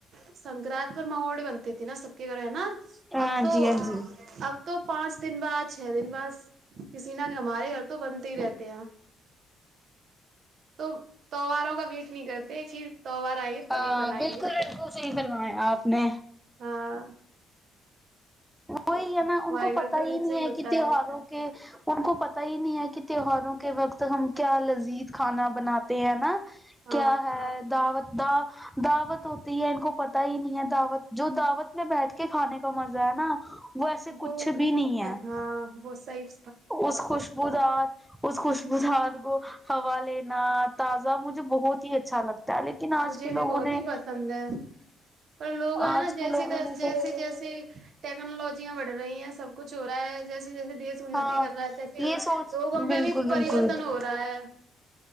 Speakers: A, on the right (about 55°); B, in the centre.
A: سنکرانت پر محوڑی بنتی تھی نا سب کے گھر ہے نا
B: ہاں
A: اب تو
B: جی ہاں جی
A: اب تو پانچ دن بعد چھ دن بعد کسی نہ ہمارے گھر تو بنتے ہی رہتے ہیں تو توواروں کا ویٹ نہیں کرتے کہ تہوار آئیں گے تبھی
B: ہ
A: بنائیں
B: بالکل
A: گے
B: بالکل صحیح فروایا آپ نے
A: ہاں
B: وہی ہے نا ان
A: ہمارے
B: کو
A: گھر
B: پتا
A: تو ویسے
B: ہی نہیں ہے
A: ہوتا
B: کہ تہواروں کے ان کو پتا ہی نہیں ہے کہ تہواروں کے وقت ہم کیا لذیذ کھانا بناتے ہیں نا
A: ہاں
B: کیا ہے دعوت دا دعوت ہوتی ہے ان کو پتا ہی نہیں ہے دعوت جو دعوت میں بیٹھ کے کھانے مزہ ہے نا وہ ایسے کچھ
A: وہ
B: بھی نہیں ہے
A: ہاں وہ سیف
B: اس خوشبو دار اس خوشبو سار کو ہوا لینا تازہ مجھے بہت ہی اچھا لگتا ہے لیکن آج
A: مجھے
B: کے
A: بھی
B: لوگوں
A: بہت
B: نے
A: ہی پسند ہے پر لوگ ہیں
B: آج
A: نا جیسی
B: کے لوگوں
A: جیسی
B: نے تو
A: جیسی ٹیکنالوجیاں بڑھ رہی ہیں سب کچھ ہو رہا ہے جیسے جیسے دیش انتی
B: ہاں
A: کر رہا ہے تیسے
B: یہ سوچ
A: لوگوں
B: بالکل
A: میں بھی
B: بالکل
A: پریورتن ہو رہا ہے